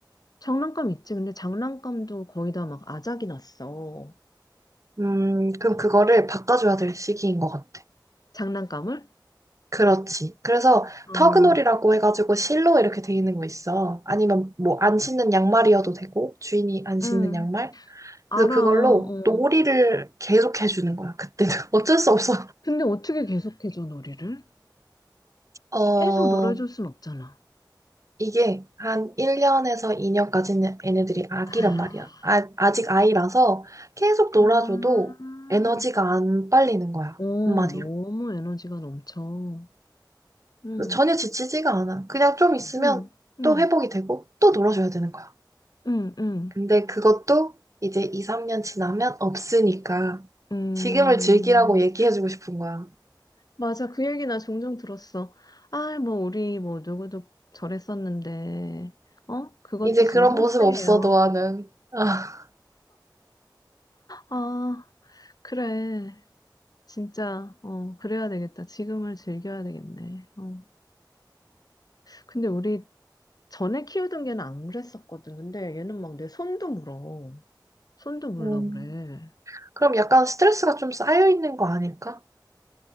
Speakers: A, on the left; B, on the right.
A: 장난감 있지? 근데 장난감도 거의 다 막 아작이 났어.
B: 음, 그럼 그거를 바꿔줘야 될 시기인 것 같아.
A: 장난감을?
B: 그렇지. 그래서
A: 어,
B: 터그놀이라고 해가지고 실로 이렇게 돼 있는 거 있어. 아니면 뭐 안 신는 양말이어도 되고 주인이 안 신는
A: 응,
B: 양말.
A: 알아.
B: 그래서 그걸로
A: 어.
B: 놀이를 계속 해주는 거야. 그때는 <laughs> 어쩔 수 없어.
A: 근데 어떻게 계속해줘, 놀이를?
B: 어,
A: 계속 놀아줄 순 없잖아.
B: 이게 한 1년에서 2년까지는 얘네들이 아기란
A: 아,
B: 말이야. 아, 아직 아이라서 계속 놀아줘도
A: 아.
B: 에너지가 안 빨리는 거야.
A: 어,
B: 한마디로.
A: 너무 에너지가 넘쳐. 응,
B: 그래서 전혀 지치지가 않아. 그냥 좀 있으면
A: 응, 응,
B: 또 회복이 되고 또 놀아줘야 되는 거야.
A: 응, 응.
B: 근데 그것도 이제 2, 3년 지나면 없으니까
A: 음,
B: 지금을 즐기라고 얘기해주고 싶은 거야.
A: 맞아. 그 얘기 나 종종 들었어. 아, 뭐, 우리, 뭐, 누구도 저랬었는데, 어? 그것도
B: 이제
A: 지금
B: 그런
A: 한때예요.
B: 모습 없어, 너와는. 아,
A: 아, 그래. 진짜, 어, 그래야 되겠다. 지금을 즐겨야 되겠네. 어. 근데 우리 전에 키우던 개는 안 그랬었거든. 근데 얘는 막 내 손도 물어. 손도 물러
B: 음.
A: 그래.
B: 그럼 약간 스트레스가 좀 쌓여있는 거 아닐까?